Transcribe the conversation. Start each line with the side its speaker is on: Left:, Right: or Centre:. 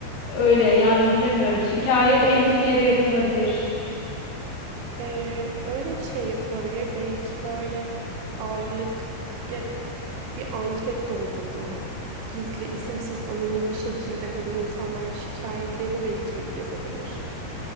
Left: Öyle yani bilemiyorum. Şikayet en üst yere yapılabilir.
Right: Ee, öyle bir şey yapılabilir. Belki böyle aylık ge- bir anket doldurma, gizli, isimsiz, anonim bir şekilde hani insanlar şikayetlerini belki yazabilir.